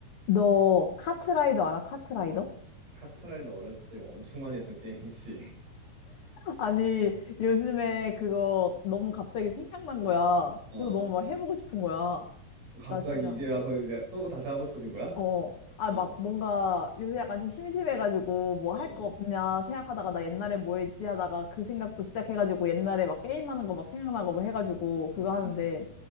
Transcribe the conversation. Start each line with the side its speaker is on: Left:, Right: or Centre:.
Left: 너 카트라이더 알아? 카트라이더?
Right: 카트라이더 어렸을 때 엄청 많이 했던 게임이지. <laughs>
Left: 아니, 요즘에 그거 너무 갑자기 생각난 거야.
Right: 어.
Left: 그래서 너무 막 해보고 싶은 거야.
Right: 갑자기
Left: 나 진짜,
Right: 이제 와서 이제 또 다시 하고 싶어진 거야?
Left: 어. 아,
Right: 어.
Left: 막 뭔가 요새 약간 좀 심심해가지고 뭐
Right: 어,
Left: 할
Right: 어.
Left: 거 없냐 생각하다가 나 옛날에 뭐 했지 하다가 그 생각도 시작해가지고 옛날에 막 게임하는 거 막 생각나고 뭐 해가지고 그거
Right: 음,
Left: 하는데
Right: 음.